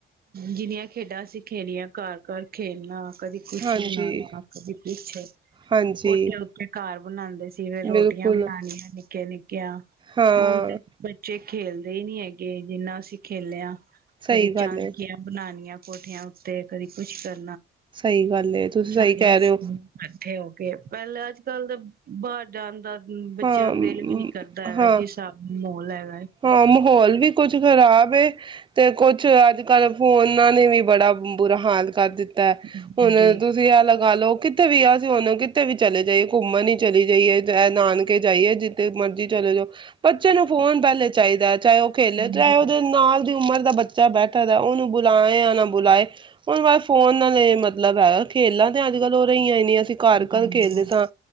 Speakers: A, on the right; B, on the right.
A: ਜਿੰਨੀਆਂ ਖੇਡਾਂ ਅਸੀਂ ਖੇਲੀਆਂ ਘਰ-ਘਰ ਖੇਲਣਾ। ਕਦੀ ਕੁਛ
B: ਹਾਂਜੀ
A: ਵੀ ਬਨਾਨਾ, ਕਦੀ ਕੁਛ,
B: ਹਾਂਜੀ
A: ਕੋਠੇ ਉੱਤੇ ਘਰ ਬਣਾਦੇ ਸੀ। ਸੀ ਫਿਰ ਰੋ
B: ਬਿਲਕੁਲ
A: ਬਣਾਣੀਆਂ। ਮੈਕੈਨਿਕ ਕਿਆ
B: ਹਾਂ
A: ਹੁਣ ਤੇ ਬੱਚੇ ਖੇਲਦੇ ਹੀ ਨਹੀਂ ਹੈਗੇ, ਜਿੰਨਾ ਅਸੀਂ ਖੇਲਿਆ।
B: ਸਹੀ
A: ਕਦੇ
B: ਗੱਲ
A: ਝਾਕੀਆਂ
B: ਹੈ
A: ਬਣਾਣੀਆਂ। ਕੋਠਿਆਂ ਉੱਤੇ ਕਦੀ ਕੁੱਛ ਕਰ,
B: ਸਹੀ ਗੱਲ ਹੈ ਤੁਸੀਂ ਸਹੀ
A: ਸਾਰੀਆਂ
B: ਕਹਿ
A: <inaudible>
B: ਰਹੇ ਹੋ
A: ਇਕੱਠੇ ਹੋ ਕੇ ਪਹਿਲੇ ਅੱਜ ਕੱਲ ਦੇ ਬਾਹਰ ਜਾਣ ਦਾ, ਬੱਚਿਆਂ
B: ਹਾਂ
A: ਨੂੰ ਦਿਲ ਵੀ ਨੀ ਕਰਦਾ ਹੈਗਾ,
B: ਹਾਂ
A: ਜਿਸ ਹਿਸਾਬ ਨਾਲ ਮਾਹੌਲ ਹੈਗਾ ਐ।
B: ਹਾਂ ਮਾਹੌਲ ਵੀ ਕੁੱਝ ਖ਼ਰਾਬ ਏ ਤੇ ਕੁਛ ਅੱਜ ਕੱਲ੍ਹ ਫੋਨਾਂ ਨੇ ਵੀ ਬੜਾ ਬੁਰਾ ਹਾਲ, ਕਰ ਦਿੱਤਾ ਹੈ,
A: ਹਾਂਜੀ
B: ਹੁਣ ਤੁਸੀਂ ਆ ਲਗਾ ਲਓ। ਕਿੱਥੇ ਵੀ ਅਸੀਂ ਹੁਣ ਕਿੱਥੇ ਵੀ ਚਲੇ ਜਾਈਏ ਘੁੰਮਣ ਹੀ ਚਲੀ ਜਾਈਏ ਨਾਨਕੇ ਜਾਈਏ ਜਿੱਥੇ ਮਰਜ਼ੀ ਚਲੇ ਜਾਓ, ਬੱਚੇ ਨੂੰ ਫੋਨ ਪਹਿਲੇ ਚਾਹੀਦਾ, ਚਾਹੇ ਉਹ ਖੇਲੇ
A: ਹਾਂਜੀ
B: ਚਾਹੇ ਉਹਦੇ ਨਾਲ ਦੀ ਉਮਰ ਦਾ ਬੱਚ ਚਾਹੇ ਬੈਠਾ ਦਾ ਉਹਨੂੰ ਬੁਲਾਏ ਜਾਂ ਨਾ ਬੁਲਾਏ, ਹੁਣ ਬਸ ਫੋਨ ਨਾਲ ਇਹ ਮਤਲਬ ਹੈਗਾ, ਖੇਲਾਂ ਤੇ ਅੱਜ ਕੱਲ ਹੋ ਰਹੀਆਂ ਈ ਨਹੀਂ। ਅਸੀਂ ਘਰ-ਘਰ,
A: ਹਮ
B: ਖੇਲਦੇ
A: ਹਾਂ
B: ਸਾਂ